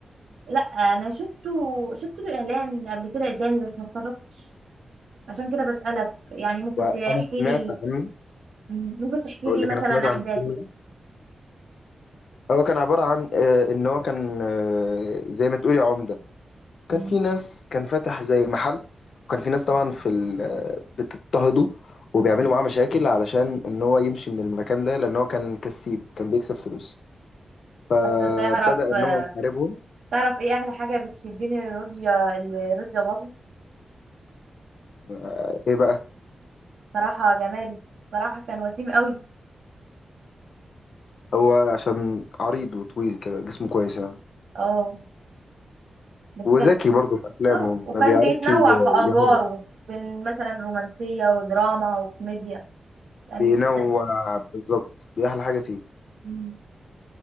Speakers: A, on the right; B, on the left.
A: لا انا شفته شفت له اعلان قبل كده قدامي بس ما اتفرجتش عشان كده بسألك يعني ممكن
B: وأنا
A: تحكي
B: سمعت
A: لي
B: عنه
A: ممكن تحكي
B: أقول
A: لي
B: لك
A: مثلا
B: أنا سمعت عن
A: احداثه
B: الفيلم ده هو كان عبارة عن آه، إن هو كان آه، زي ما تقولي عمدة
A: مم.
B: كان في ناس كان فاتح زي محل وكان في ناس طبعا في ال- آه، بتضطهده وبيعملوا معاه مشاكل علشان إن هو يمشي من المكان ده لأن هو كان كسيب كان بيكسب فلوس فبدأ
A: بس تعرف
B: إن
A: آه،
B: هو يحاربهم
A: تعرف ايه احلى حاجة بتشدني لرشدي لرشدي أباظة
B: آه، إيه بقى
A: صراحة جماله صراحة كان وسيم قوي
B: هو عشان عريض وطويل كده جسمه كويس يعني
A: اه بس
B: وذكي
A: كان
B: برضه في أفلامه
A: اه وكان
B: ما بيعرفش
A: بيتنوع
B: ي-
A: في ادواره
B: يهرب
A: بين مثلا رومانسية ودراما وكوميديا كانت
B: بينوع بالظبط دي أحلى حاجة فيه
A: مم.